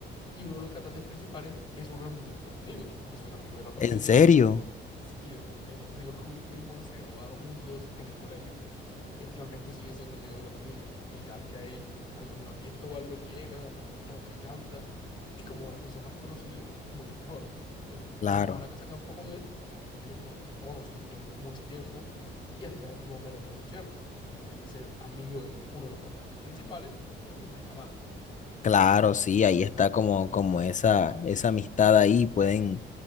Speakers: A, on the left; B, on the left.
A: Y uno de los cantantes principales es uno de nuestros amigos, es un amigo de la familia.
B: en serio,
A: Sí, él estudió con un primo, se graduaron juntos en el colegio y actualmente sigue siendo amigo de la familia. Él cada que hay alguna fiesta o algo, él llega, toca y canta y como ahora se hizo más conocido, mucho mejor. Entonces
B: claro.
A: fuimos a la casa campo con él y él nos tocó, nos cantó mucho tiempo y así también pudimos ver otros conciertos, ya que ser amigo de uno de los cantantes principales, ya te imaginarás.
B: Claro, sí, ahí está como, como esa, esa amistad ahí, pueden,